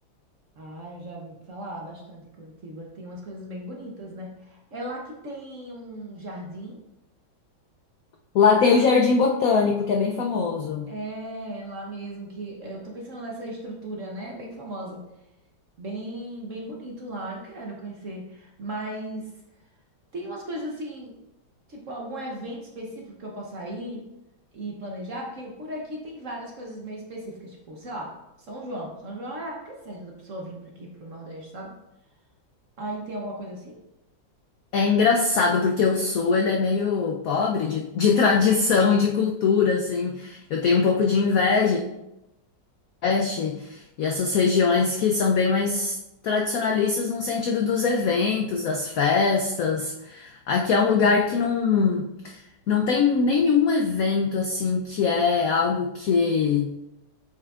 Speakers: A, on the right (about 50°); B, on the left (about 80°).
A: Ah, eu já ouvi falar bastante em Curitiba. Tem umas coisas bem bonitas, né? É lá que tem um jardim.
B: Lá tem o Jardim Botânico, que é bem famoso.
A: É, lá mesmo que eu tô pensando nessa estrutura, né? Bem famosa, bem, bem bonito lá. Eu quero conhecer, mas tem umas coisas assim, tipo algum evento específico que eu possa ir e planejar, porque por aqui tem várias coisas meio específicas, tipo, sei lá, São João. São João é a época certa da pessoa vir pra aqui pro Nordeste, sabe? Aí tem alguma coisa assim?
B: É engraçado porque o Sul ele é meio pobre de, de <laughs> tradição e de cultura, assim. Eu tenho um pouco de inveja Nordeste e essas regiões que são bem mais tradicionalistas no sentido dos eventos, das festas. Aqui é
A: Uhum,
B: um lugar que não, não tem nenhum evento assim que é algo que,